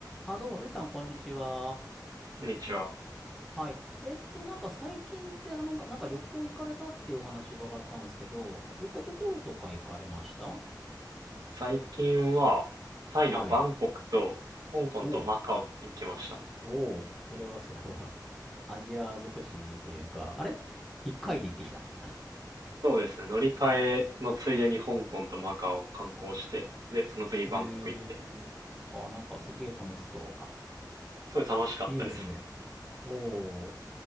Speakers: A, in the centre; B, on the right.
A: あ、どうも、ルイさん、こんにちは。
B: こんにちは。
A: はい。えっと、なんか最近って、あの、なんか旅行行かれたっていうお話伺ったんですけど、まあ、どういったところとか行かれました
B: 最近は、タイのバンコクと、
A: はい。
B: 香港とマカオに行きましたね。
A: おう、おう、それはそれは <laughs> アジア尽くしというか、あれ一回で行ってきた。
B: そうですね。乗り換えのついでに香港とマカオを観光して、で、その次バンコク行って。
A: えー、あ、なんかすげえ楽しそう。
B: すごい楽しかったですね。
A: いいですね。おお。